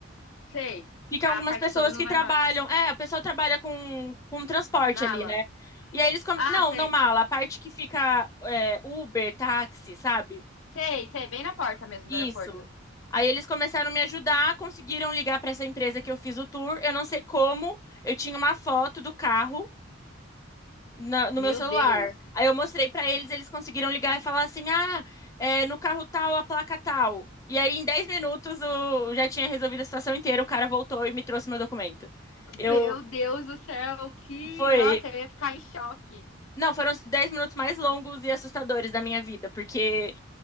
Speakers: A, on the left; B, on the left.
A: Sei.
B: Ficam algumas
A: Ah, A parte
B: pessoas
A: que todo mundo
B: que trabalham.
A: vai embora.
B: É, a pessoa trabalha com, com transporte
A: Mala.
B: ali, né? E aí eles. come-
A: Ah,
B: Não,
A: sei.
B: não mala. A parte que fica é, Uber, táxi, sabe?
A: Sei, sei, bem na porta mesmo
B: Isso.
A: do aeroporto.
B: Aí eles começaram a me ajudar, conseguiram ligar para essa empresa que eu fiz o tour. Eu não sei como, eu tinha uma foto do carro na- no
A: Meu
B: meu celular.
A: Deus,
B: Aí eu mostrei para eles, eles conseguiram ligar e falar assim: ah, é, no carro tal, a placa tal. E aí em 10 minutos eu já tinha resolvido a situação inteira, o cara voltou e me trouxe meu documento. Eu,
A: meu Deus do céu, que.
B: Foi.
A: Nossa, eu ia ficar em choque.
B: Não, foram os 10 minutos mais longos e assustadores da minha vida, porque